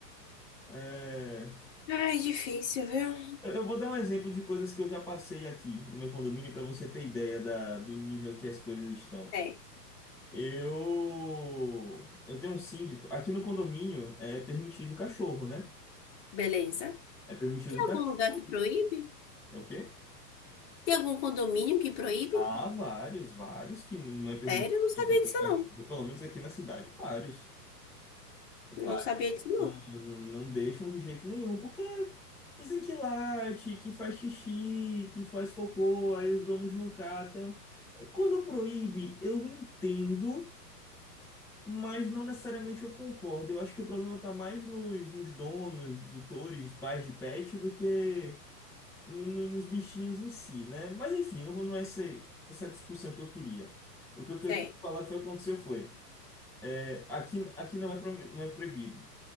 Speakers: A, in the centre; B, on the left.
A: É,
B: Ai, difícil, viu?
A: Eu eu vou dar um exemplo de coisas que eu já passei aqui no meu condomínio para você ter ideia da- do nível que as coisas estão.
B: É,
A: Eu, eu tenho um síndico. Aqui no condomínio é permitido cachorro, né?
B: beleza.
A: É permitido
B: Tem
A: cachorro.
B: algum lugar que proíbe?
A: É o quê?
B: Tem algum condomínio que proíbe?
A: Há vários, vários que não é permitido
B: Sério, eu não sabia
A: você ter
B: disso,
A: cachorro,
B: não.
A: pelo menos aqui na cidade, vários. Vários.
B: Eu Não sabia disso, não.
A: Não, não, não deixam de jeito nenhum, porque dizem que late, que faz xixi, que faz cocô, aí os donos não catam. É, Quando proíbe, eu entendo, mas não necessariamente eu concordo. Eu acho que o problema está mais nos, nos donos, tutores, pais de pet, do que no- no- nos bichinhos em si, né? Mas enfim, não, vou- não é essa, essa discussão que eu queria. O que eu queria
B: Certo,
A: falar que foi acontecer foi, é, aqui, aqui não é, pro- não é proibido.